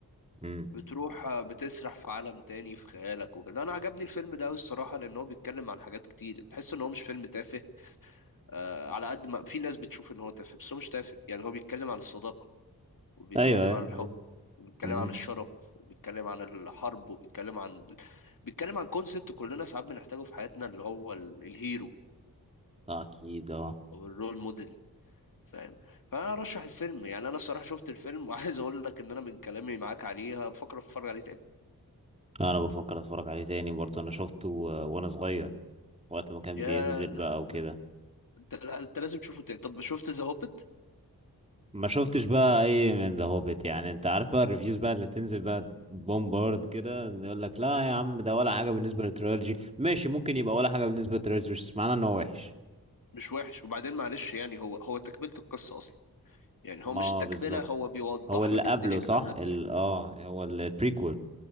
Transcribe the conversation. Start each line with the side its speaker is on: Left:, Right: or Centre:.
Right: امم
Left: بتروح آه، بتسرح في عالم تاني في خيالك وكده انا عجبني الفيلم ده قوي الصراحه لان هو بيتكلم عن حاجات كتير تحس ان هو مش فيلم تافه آه على قد ما في ناس بتشوف ان هو تافه بس هو مش تافه يعني هو بيتكلم عن الصداقه وبيتكلم
Right: ايوه ايوه
Left: عن الحب
Right: امم
Left: وبيتكلم
Right: امم
Left: عن الشرف وبيتكلم عن الحرب وبيتكلم عن بيتكلم عن كونسبت كلنا ساعات بنحتاجه في حياتنا اللي هو ال- الهيرو
Right: اكيد اه
Left: او الرول موديل فاهم فانا ارشح الفيلم يعني انا الصراحه شفت الفيلم <laughs> وعايز اقول لك ان انا من كلامي معاك عليها بفكر اتفرج عليه تاني
Right: انا بفكر اتفرج عليه تاني برضه انا شفته و- وانا صغير وقت ما كان
Left: يا
Right: بينزل
Left: لا
Right: بقى وكده
Left: انت انت لازم تشوفه تاني طب شفت ذا هوبت
Right: ما شفتش بقى اي من ذا هوبيت يعني انت عارف بقى الريفيوز بقى اللي تنزل بقى بومبارد كده يقول لك لا يا عم ده ولا حاجه بالنسبه للتريلوجي ماشي ممكن يبقى ولا حاجه بالنسبه للتريلوجي بس معناه ان هو وحش
Left: مش وحش وبعدين معلش يعني هو هو تكمله القصه اصلا يعني
Right: ما
Left: هو مش تكمله
Right: بالظبط
Left: هو بيوضح
Right: هو اللي
Left: لك
Right: قبله
Left: الدنيا
Right: صح
Left: كانت عامله ازاي
Right: ال اه هو ال- البريكول